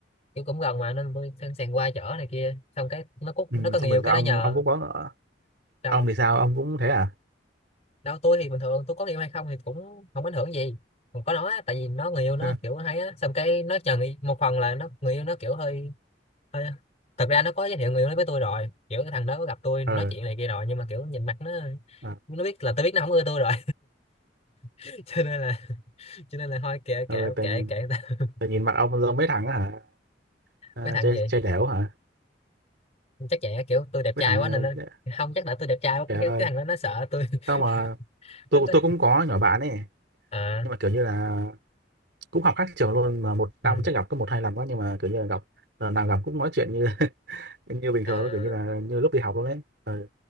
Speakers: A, on the left; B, on the right.
A: kiểu cũng gần mà nên tôi sẵn sàng qua chở này kia xong cái nó cút
B: ừ,
A: nó có người
B: xong
A: yêu
B: rồi
A: cái
B: sao
A: nó
B: ông
A: nhờ
B: ông cũng có
A: sao
B: ông thì sao ông cũng thế à
A: đâu tôi thì bình thường tôi có người yêu hay không thì cũng không ảnh hưởng gì còn có nó á, tại vì nó người yêu nó
B: <laughs>
A: kiểu hay á xong cái nó nhờ người, một phần là nó người yêu nó kiểu hơi Thôi, thật ra nó có giới thiệu người yêu nó với tôi rồi kiểu cái thằng đó có gặp tôi nói
B: ừ
A: chuyện này kia rồi nhưng mà kiểu nhìn mặt nó
B: ừ,
A: nó biết là tôi biết nó không ưa tôi rồi <laughs> cho nên là cho nên là thôi kệ
B: ừ
A: kệ
B: tự,
A: kệ kệ người ta.
B: tự nhìn mặt ông giống mấy thằng á hả à,
A: mấy thằng
B: chơi
A: gì
B: chơi đẻo hả
A: chắc vậy á, kiểu tôi đẹp
B: mấy
A: trai
B: thằng
A: quá nên nó
B: ờ,
A: không chắc là tôi đẹp trai quá
B: trời
A: cái cái,
B: ơi
A: cái thằng đó nó sợ tôi <laughs>
B: không mà tôi
A: Nó- nó-
B: tôi cũng có nhỏ bạn ấy
A: à,
B: nhưng mà kiểu như là cũng học khác trường luôn mà một
A: ừ,
B: năm chắc gặp có một hai lần quá nhưng mà kiểu như là gặp là nào gặp cũng nói chuyện như <laughs> như bình
A: à,
B: thường luôn kiểu như là như lúc đi học luôn đấy ừ